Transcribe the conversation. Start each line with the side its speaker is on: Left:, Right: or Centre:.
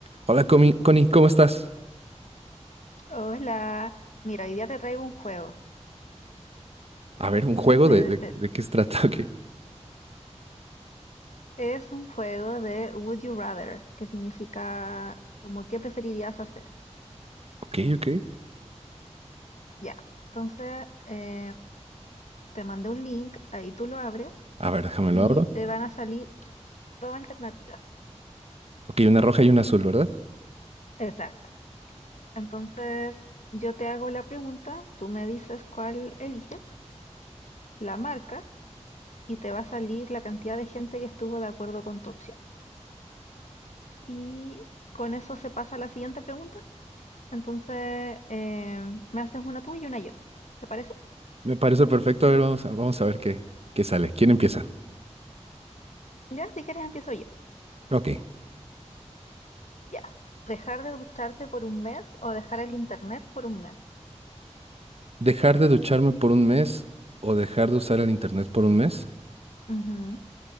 Right: Hola, Comi- Connie, ¿cómo estás?
Left: Hola, mira, hoy día te traigo un juego.
Right: A ver, un juego
Left: Te-
Right: de, de-
Left: te-
Right: de qué se trata. <laughs>
Left: es un juego de Would You Rather, que significa como qué preferirías hacer.
Right: Ok, ok, ok.
Left: Ya, entonces eh, te mandé un link, ahí tú lo abres
Right: A ver, déjame lo
Left: y
Right: abro.
Left: te van a salir dos alternativas.
Right: Ok, una roja y una azul, ¿verdad?
Left: Exacto. Entonces yo te hago la pregunta, tú me dices cuál eliges, la marcas y te va a salir la cantidad de gente que estuvo de acuerdo con tu opción. Y con eso se pasa a la siguiente pregunta. Entonces, eh, me haces una tú y una yo. ¿Te parece?
Right: Me parece perfecto. A ver, vamos a, vamos a ver qué, qué sale. ¿Quién empieza?
Left: Ya, si quieres empiezo yo.
Right: Ok.
Left: Ya. Dejar de ducharte por un mes o dejar el internet por un mes.
Right: ¿Dejar de ducharme por un mes o dejar de usar el internet por un mes?
Left: Ujú.